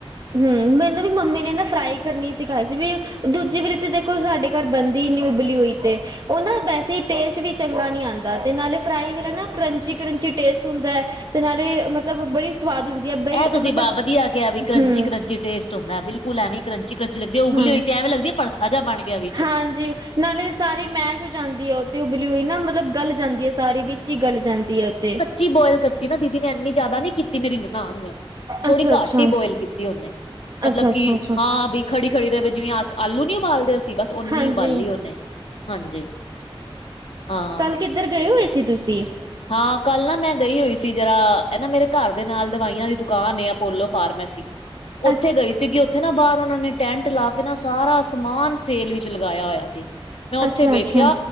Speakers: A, on the right (about 45°); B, on the left (about 90°).
A: ਹੂੰ ਮੈਨੂੰ ਵੀ ਮੰਮੀ ਨੇ ਨਾ ਫਰਾਈ ਕਰਨੀ ਸਿਖਾਈ ਸੀ ਵੀ ਦੂਜੀ ਵਾਰੀ ਤੇ ਦੇਖੋ ਸਾਡੇ ਘਰ ਬੰਨਦੀ ਈ ਨੀ ਉਬਲੀ ਹੋਈ ਤੇ ਓ ਨਾ ਵੈਸੇ ਟੇਸਟ ਵੀ ਚੰਗਾ ਨੀ ਆਂਦਾ ਤੇ ਨਾਲੇ ਫਰਾਈ ਵੇਲਾ ਨਾ ਕਰੰਚੀ-ਕਰੰਚੀ ਟੇਸਟ ਹੁੰਦੈ ਤੇ ਨਾਲੇ ਮਤਲਬ ਬੜੀ ਸਵਾਦ ਹੁੰਦੀ ਬਈ
B: ਐ ਤੁਸੀਂ
A: ਮਤਲਬ
B: ਬਾ ਵਧੀਆ ਕਿਆ ਵੀ ਕਰੰਚੀ-ਕਰੰਚੀ
A: ਹੂੰ
B: ਟੇਸਟ ਹੁੰਦਾ ਬਿਲਕੁਲ ਐਵੇਂ ਈ ਕਰੰਚੀ ਕਰੰਚੀ ਲਗਦੀ ਆ ਉਬਲੀ
A: ਹਾਂ
B: ਹੋਈ ਤੇ ਐਵੇਂ ਲੱਗਦੀ ਆ ਪਰਥਾ ਜਾ ਬਣ ਗਿਆ ਵੀ
A: ਹਾਂਜੀ ਨਾਲੇ ਸਾਰੀ ਮੈਸ਼ ਹੋ ਜਾਂਦੀ ਐ ਓ ਤੇ ਉਬਲਿ ਹੋਈ ਨਾ ਮਤਲਬ ਗਲ ਜਾਂਦੀ ਐ ਸਾਰੀ ਵਿੱਚ ਈ ਗੱਲ ਜਾਂਦੀ ਓਤੇ
B: ਚੀ ਬੋਇਲ ਕਰਤੀ ਨਾ ਦੀਦੀ ਨੇ ਏਨੀ ਜਾਦਾ ਨੀ ਕੀਤੀ ਮੇਰੀ ਨਨਾਨ ਨੇ ਥੋੜੀ
A: ਅੱਛਾ-ਅੱਛਾ,
B: ਘੱਟ ਈ ਬੋਏਲ ਕੀਤੀ ਓਨੇ, ਮਤਲਬ
A: ਅੱਛਾ-ਅੱਛਾ-ਅੱਛਾ
B: ਕੀ ਹਾਂ ਬੀ ਖੜੀ ਖੜੀ ਰਵੇ ਜਿਵੇਂ ਆਸ ਆਲੂ ਨੀ ਉਬਾਲ ਦੇ ਅਸੀ ਬਸ ਓਨੀ
A: ਹਾਂਜੀ
B: ਉਬਾਲੀ ਓਨੇ ਹਾਂਜੀ, ਹਾਂ
A: ਕਿੱਦਰ ਗਏ ਹੋਏ ਸੀ ਤੂਸੀ?
B: ਹਾਂ ਕੱਲ ਨਾ ਮੈਂ ਗਈ ਹੋਈ ਸੀ ਜਰਾ, ਐ ਨਾ ਮੇਰੇ ਘਾਰ ਦੇ ਨਾਲ ਦਵਾਈਆਂ ਦੀ ਦੁਕਾਨ ਏ ਅਪੋਲੋ ਫਾਰਮੈਸੀ
A: <inaudible>
B: ਓਥੇ ਗਈ ਸੀਗੀ ਓ ਓਥੇ ਨਾ ਬਾਰ ਓਨਾਂ ਨੇ ਟੈਂਟ ਲਾ ਕੇ ਨਾ ਸਾਰਾ ਸਮਾਨ ਸੇਲ ਵਿੱਚ ਲਗਾਇਆ ਹੋਇਆ ਸੀ ਮੈਂ ਓਥੇ
A: ਅੱਛਾ
B: ਵੇਖੇਆ
A: ਅੱਛਾ